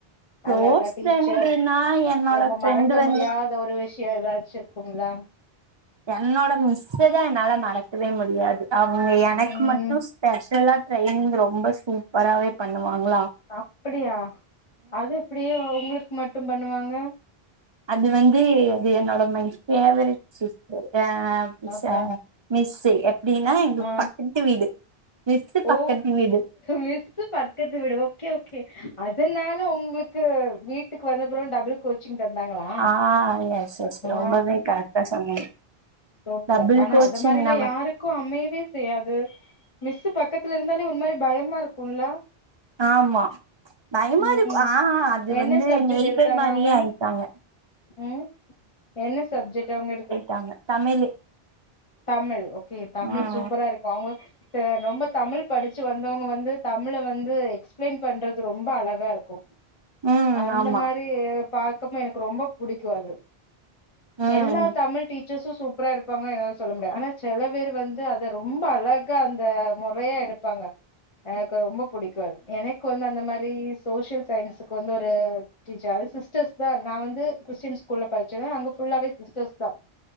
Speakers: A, on the left; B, on the right.
A: அல்லாட்டா
B: க்ளோஸ்
A: டீச்சர்
B: ஃப்ரெண்டுனா என்னோட
A: ரொம்ப
B: ஃப்ரெண்டு
A: மறக்க
B: வந்து
A: முடியாத ஒரு விஷய ஏதாச்சு இருக்கும்ல
B: என்னோட மிஸ்ஸ தா என்னால மறக்கவே முடியாது அவுங்க எனக்கு
A: ம்
B: மட்டு ஸ்பெஷலா ட்ரெயினிங் ரொம்ப சூப்பராவே பண்ணுவாங்ளா
A: அப்டியா அது எப்டி உங்களுக்கு மட்டும் பண்ணுவாங்க
B: அது வந்து அது என்னோட மை பேவரட் சிஸ்டர் அ மிஸ்
A: அப்ப
B: அ மிஸ்ஸு எப்டின்னா எங்களுக்
A: ஆ
B: பக்கத்து வீடு மிஸ்ஸு
A: ஓ
B: பக்கத்து வீடு
A: மிஸ்ஸு பக்கத்து வீடு ஓகே ஓகே அதனால ஒங்ளுக்கு வீட்டுக்கு வந்தப்புற டபுள் கோச்சிங் தந்தாங்களா
B: ஆ எஸ் எஸ்
A: ஆ
B: ரொம்பவே கரெக்டா சொன்னீங்க
A: சூப்பர்
B: டபுள்
A: ஆனா
B: கோச்சிங்
A: அது மாரில்லா
B: நமக்
A: யாரு க்கூ அமையவே செய்யாது மிஸ்ஸு பக்கத்துல இருந்தாலே ஒரு மாரி பயமா இருக்கூல
B: ஆமா பயமாருக்
A: ம்
B: ஆ அது
A: என்ன
B: வந்து
A: சப்ஜெக்ட்
B: நெய்பர்
A: எடுத்தாங்க
B: மாரியே
A: அவங்க
B: ஆயிட்டாங்க
A: ம் என்ன சப்ஜெக்ட் அவுங்க எடுத்து
B: தாங்க தமிழு
A: தமிழ் ஓகே தமிழ்
B: ம்
A: சூப்பரா இருக்கூ அவுங்க ச ரொம்ப தமிழ் படிச்சு வந்தவுங்க வந்து தமிழ வந்து எக்ஸ்பிளைன் பண்றது ரொம்ப அழகாருக்கூ
B: ம்
A: அந்த
B: ஆமா
A: மாரி பாக்கப்போ எனக்கு ரொம்ப புடிக்கூ அது
B: ம்
A: எல்லா தமிழ் டீச் டீச்சர்ஸ்ஸு சூப்பரா எடுப்பாங்கனு என்னால சொல்ல முடியா ஆனா செல பேரு வந்து அத ரொம்ப அழகா அந்த மொறையா எடுப் ப்பாங்க எனக்கு ரொம்ப புடிக்கூ அது எனக்கு வந்து அந்த மாரி சோசியல் சயின்ஸுக்கு வந்து ஒரு டீச்சர் அது சிஸ்டர்ஸ் தா நாவந்து கிறிஸ்டின் ஸ்கூல்ல படிச்சே அங்க ஃபுல்லாவே சிஸ்டர்ஸ் தா